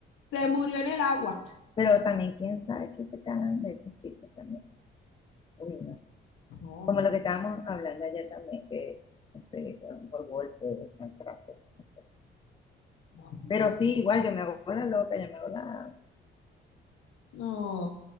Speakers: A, on the left; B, on the left.
A: Se murió en el agua.
B: pero también quién sabe que se cagan de esos tipos también. Uy, no.
A: No,
B: Como lo que estábamos hablando ayer también, que no sé, que a lo mejor golpe, maltrato. No sé.
A: no,
B: Pero
A: no.
B: sí, igual yo me hago la loca, yo me hago la...
A: No.